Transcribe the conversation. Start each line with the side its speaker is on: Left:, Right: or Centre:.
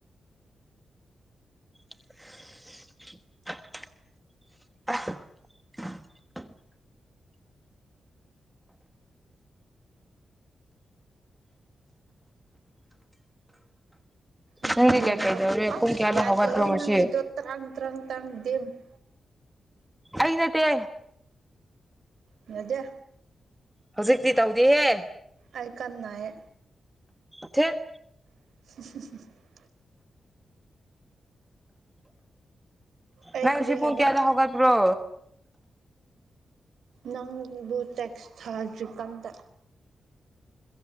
Centre: <inaudible>
Right: ꯏꯁꯤꯡꯗꯤ
Centre: ꯅꯪꯗꯤ ꯀꯩ
Right: ꯌꯥꯝ
Centre: ꯀꯩꯗꯧꯔꯦ
Right: ꯊꯛꯎ
Centre: ꯄꯨꯡ
Right: ꯑꯁ
Centre: ꯀꯌꯥꯗ
Right: ꯌꯥꯗꯦꯍꯦ
Centre: ꯍꯧꯒꯠꯄ꯭ꯔꯣ ꯉꯁꯤ
Right: ꯅꯪꯒꯤꯗꯣ ꯇ꯭ꯔꯡ ꯇ꯭ꯔꯡ ꯇ꯭ꯔꯡ ꯗꯦꯝ <inaudible>
Centre: ꯑꯩ ꯅꯠꯇꯦ
Right: ꯌꯥꯗꯦ
Centre: ꯍꯧꯖꯤꯛꯇꯤ ꯇꯧꯗꯤꯌꯦ
Right: ꯑꯩ ꯀꯟ ꯅꯥꯏꯌꯦ
Centre: ꯊꯦꯠ
Right: <inaudible> ꯑꯩ
Centre: ꯅꯪ ꯉꯁꯤ
Right: ꯀꯔꯤ
Centre: ꯄꯨꯡ
Right: ꯍꯥꯏꯕ
Centre: ꯀꯌꯥꯗ ꯍꯧꯒꯠꯄ꯭ꯔꯣ
Right: ꯅꯪꯕꯨ ꯇꯦꯛꯁ ꯊꯥꯗ꯭ꯔꯤꯀꯥꯟꯗ